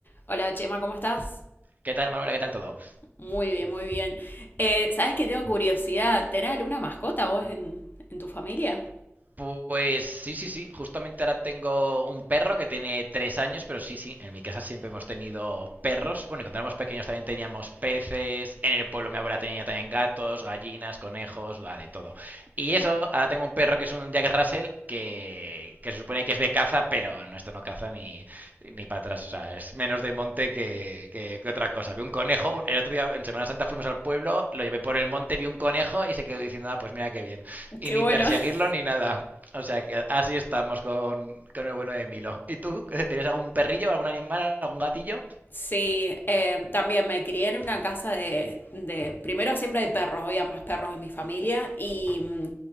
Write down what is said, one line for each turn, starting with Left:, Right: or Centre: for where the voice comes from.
Left: Hola Chema, ¿cómo estás?
Right: ¿Qué tal, Manuela? ¿Qué tal todo?
Left: Muy bien, muy bien. Eh, ¿sabes que tengo curiosidad? ¿Tenés alguna mascota vos en, en tu familia?
Right: Pues sí, sí, sí. Justamente ahora tengo un perro que tiene tres años, pero sí, sí. En mi casa siempre hemos tenido perros. Bueno, y cuando éramos pequeños también teníamos peces. En el pueblo mi abuela tenía también gatos, gallinas, conejos, la de todo. Y eso, ahora tengo un perro que es un Jack Russell que, que se supone que es de caza, pero no, esto no caza ni, ni para atrás. O sea, es menos de monte que, que, que otra cosa. Vi un conejo. El otro día en Semana Santa fuimos al pueblo, lo llevé por el monte, vi un conejo y se quedó diciendo, ah, pues mira qué bien. y
Left: Qué
Right: ni
Left: bueno.
Right: perseguirlo
Left: <laughs>
Right: ni nada. O sea que así estamos con, con el bueno de Milo. ¿Y tú? ¿Tienes algún perrillo, algún animal, algún gatillo?
Left: Sí, eh, también me crié en una casa de, de- Primero siempre hay perros, había más perros en mi familia y mm,